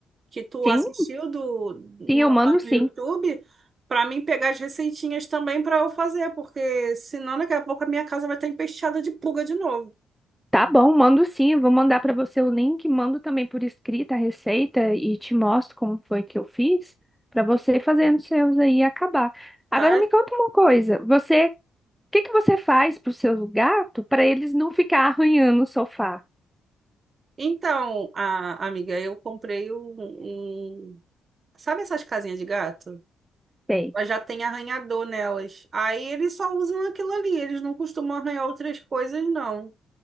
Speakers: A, on the right; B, in the centre.
A: que tu
B: Sim,
A: assistiu do, no,
B: sim, eu
A: lá
B: mando sim.
A: no YouTube para mim pegar as receitinhas também para eu fazer, porque senão daqui a pouco a minha casa vai estar empesteada de pulga de novo,
B: Tá bom, mando sim. eu Vou mandar para você o link, mando também por escrita a receita e te mostro como foi que eu fiz para você fazendo os seus aí e acabar. Agora
A: tá?
B: me conta uma coisa, você, o que que você faz para os seus gatos para eles não ficar arranhando o sofá?
A: Então, a, amiga, eu comprei um, um- Sabe essas casinhas de gato?
B: Sei.
A: Elas Já tem arranhador nelas. Aí eles só usam aquilo ali, eles não costumam arranhar outras coisas, não.